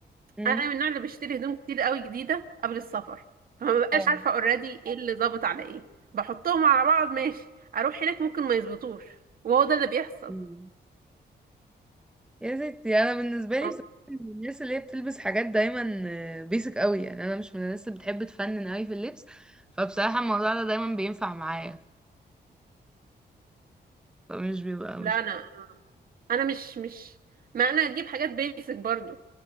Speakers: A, in the centre; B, on the right (about 55°).
A: مم.
B: انا من النوع اللي بشتري هدوم كتير قوي جديده قبل السفر فما ببقاش
A: فاهم.
B: عارفه اوريدي ايه اللي ظابط على ايه بحطهم على بعض ماشي اروح هناك ممكن ما يظبطوش وهو ده اللي بيحصل
A: مم. يا ستي انا بالنسبة لي
B: آه،
A: بصراحة من الناس اللي هي بتلبس حاجات دايما بيسك قوي يعني انا مش من الناس اللي بتحب تفنن قوي في اللبس فبصراحة الموضوع ده دايما بينفع معايا فمش بيبقى مش
B: لا انا انا مش مش ما انا اجيب حاجات بيسك برضو